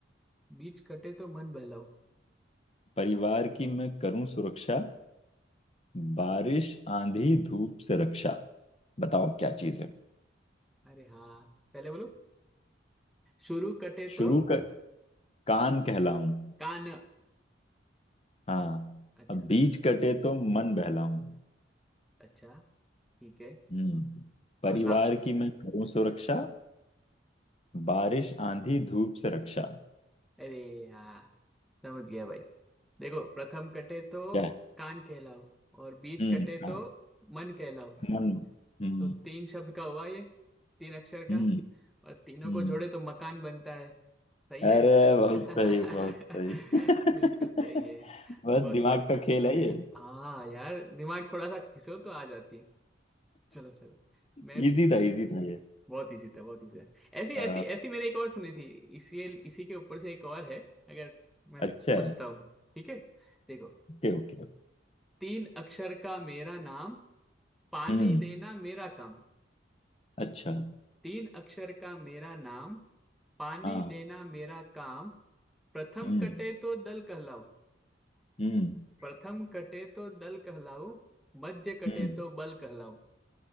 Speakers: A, in the centre; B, on the left.
A: बीच कटे तो मन बहलाओ
B: परिवार की मैं करूं सुरक्षा बारिश आंधी धूप से रक्षा बताओ क्या चीज है
A: अरे हाँ पहले बोलो शुरू कटे
B: शुरू
A: तो
B: कर कान कहलाऊं
A: कान
B: हाँ
A: अच्छा
B: अब बीच कटे तो मन बहलाऊं
A: अच्छा ठीक है
B: हम्म परिवार
A: और ला
B: की मैं करूं सुरक्षा बारिश आंधी धूप से रक्षा
A: अरे हाँ समझ गया भाई देखो प्रथम कटे तो
B: क्या है?
A: कान कहलाओ और बीच
B: हम्म
A: कटे
B: कान
A: तो मन कहलाओ
B: मन हम्म
A: तो तीन शब्द का हुआ ये तीन अक्षर
B: हम्म
A: का और तीनों
B: हम्म
A: को जोड़े तो मकान बनता है सही
B: अरे
A: है
B: बहुत
A: <laughs>
B: सही बहुत सही <laughs>
A: बिल्कुल सही है
B: बस
A: बहुत
B: दिमाग
A: बढ़िया
B: का खेल है ये
A: हाँ यार दिमाग थोड़ा सा घिसो तो आ जाती है चलो चलो
B: <laughs>
A: मैं भी
B: इजी था इजी था ये
A: बहुत इजी था बहुत इजी था ऐसी
B: अ,
A: ऐसी ऐसी मैंने एक और सुनी थी इसी इसी के ऊपर से एक और है अगर मैं
B: अच्छा
A: पूछता हूँ ठीक है देखो
B: Okay okay
A: तीन अक्षर का मेरा नाम पानी
B: हम्म
A: देना मेरा काम
B: अच्छा
A: तीन अक्षर का मेरा नाम पानी
B: हाँ
A: देना मेरा काम प्रथम
B: हम्म
A: कटे तो दल कहलाऊ
B: हम्म
A: प्रथम कटे तो दल कहलाऊ मध्य कटे
B: हम्म
A: तो बल कहलाऊ